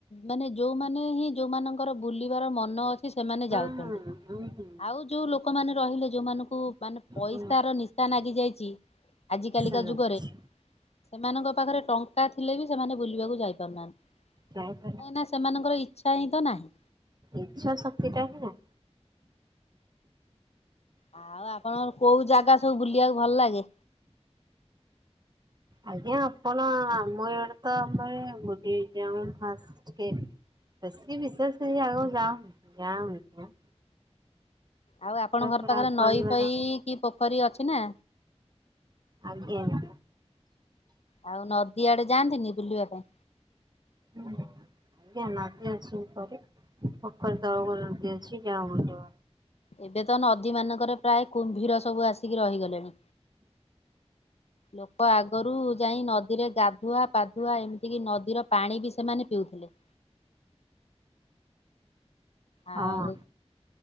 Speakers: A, on the left (about 65°); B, on the right (about 40°).
A: ମାନେ ଯୋଉମାନେ ହିଁ ଯୋଉମାନଙ୍କ ତାଙ୍କର ବୁଲିବାର ମନ ଅଛି ସେମାନେ
B: ହୁଁ
A: ଯାଉଛନ୍ତି।
B: ହୁଁ ହୁଁ
A: ଆଉ ଯୋଉ ଲୋକମାନେ ରହିଲେ ଯୋଉମାନଙ୍କୁ ମାନେ ପଇସାର
B: ହୁଁ
A: ନିଶା ନାଗି ଯାଇଛି। ଆଜ କାଲିକା
B: ସେମିତି
A: ଯୁଗରେ ସେମାନଙ୍କ ପାଖରେ ଟଙ୍କା ଥିଲେ ବି ସେମାନେ ବୁଲିବାକୁ ଯାଇ ପାରୁନାହାନ୍ତି।
B: ଯା ଇପାରୁ
A: କାହିଁକିନା ସେମାନଙ୍କର ଇଚ୍ଛା ହିଁ ତ ନାହିଁ।
B: ଇଚ୍ଛା ଶକ୍ତି ଟା ହିଁ ନାହିଁ।
A: ଆଉ ଆପଣଙ୍କର କୋଉ ଜାଗା ସବୁ ବୁଲିବାକୁ ଭଲ ଲାଗେ?
B: ଆଜ୍ଞା ଆପଣ ଆମ ଇଆଡେ ତ ଆମର ବୁଲି ଯାଉ ଫାଷ୍ଟ କି ଏ ବେଶି ବିଶେଷେଏଇଆମ ଗାଁ ଗାଁ ବୁଲି ଯାଉ।
A: ଆଉ ଆପଣଙ୍କ ଘର
B: ପୁରା
A: ପାଖରେ ନଈ
B: ପରିବାର
A: ଫଇ କି ପୋଖରୀ ଅଛି ନା?
B: ଆଜ୍ଞା।
A: ଆଉ ନଦୀ ଆଡ଼େ ଯାଆନ୍ତିନି ବୁଲିବା ପାଇଁ?
B: ହୁଁ ଉଁ। ଆଜ୍ଞା ନଦୀ ଅଛି ଉପରେ ପୋଖରୀ ତଳକୁ ନଦୀ ଅଛି ଗାଁ ମୁଣ୍ଡରେ।
A: ଏବେତ ନଦୀମାନଙ୍କରେ ପ୍ରାୟ କୁମ୍ଭୀର ସବୁ ଆସିକି ରହିଗଲେଣି। ଲୋକ ଆଗରୁ ଯାଇ ନଦୀରେ ଗାଧୁଆ ପାଧୁଆ ଏମିତିକି ନଦୀର ପାଣି ବି ସେମାନେ ପିଉଥିଲେ। ଆଉ
B: ହଁ।